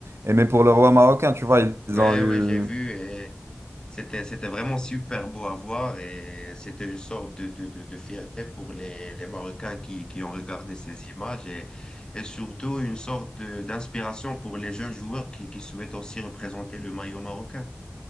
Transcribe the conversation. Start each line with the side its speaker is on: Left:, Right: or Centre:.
Right: et même pour le roi marocain, tu vois, ils
Left: Ouais,
Right: ont eu...
Left: ouais, j'ai vu. C'était, c'était vraiment super beau à voir et c'était une sorte de, de, de, de fierté pour les, les Marocains qui, qui ont regardé ces images et, et surtout une sorte de- d'inspiration pour les jeunes joueurs qui, qui souhaitent aussi représenter le maillot marocain.